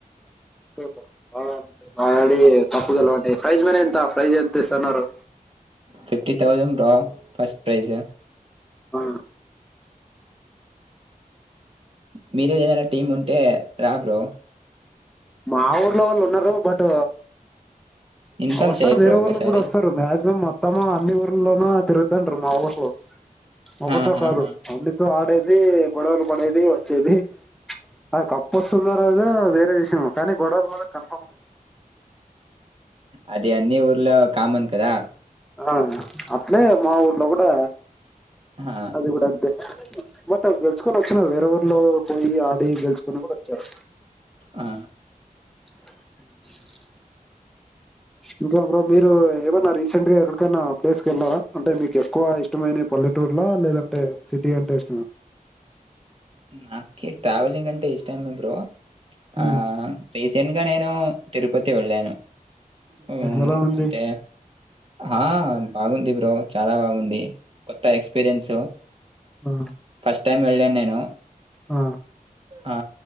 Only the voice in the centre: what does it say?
తే బ్రో బాగా ఆడండి బాగాడి కప్పు గలవండి ఫ్రైజ్ మనే ఎంత ఫ్రైజ్ ఎంత ఇస్తున్నారు.
ఆ
మా ఊర్లో వాళ్ళు ఉన్నారు బట్
వస్తారుార్
వేరేవరులా
కూడా వస్తారు మ్యాక్సిమమ్ మొత్తము అన్ని ఊర్లోనూ తిరుగుతుంటారు మా వోల్ ఒక్కత
కాదు
అంనీతో ఆడే దే గడవలు పడేది వచ్చేది ఆ కప్ప వస్తుందా పగ వేరే విషయం కానీ గొడవలు మాత్ర కన్ఫామ్
ఆ అట్లే మా ఊర్లో కూడా
అది కూడా అంతే బట్ అవి గెలుచుకొని వచ్చిన వేరే ఊరిలో పోయి ఆడి గెలుచుకొని కూడా వచ్చారూ.
అ ఇంకా బ్రో మీరు ఏమన్నా రీసెంట్ గా ఎక్కడికైనా ప్లేస్ క వెళ్ళలారా, అంటే మీకు ఎక్కువ ఇష్టమైన పల్లెటూరులో లేదంటే సిటీ అంటే ఇష్టమా.
ఉమ్,
ఎలా ఉంది
ఆ,
ఆ